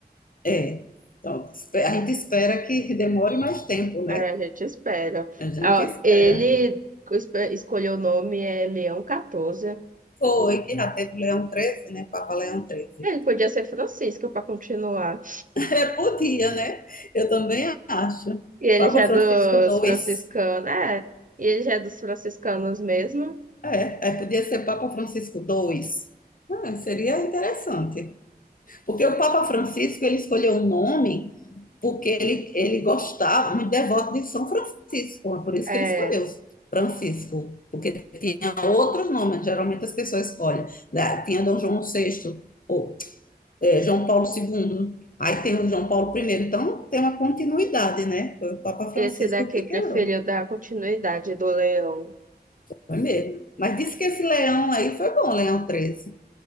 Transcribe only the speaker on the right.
Aí a gente espera.
Ah,
ele espe- escolheu o nome é Leão 14.
Ele podia ser Francisco para continuar.
E ele
já é
dos
franciscanos. É, e ele já é dos franciscanos mesmo.
É,
esse
daqui
preferiu
dar continuidade do Leão.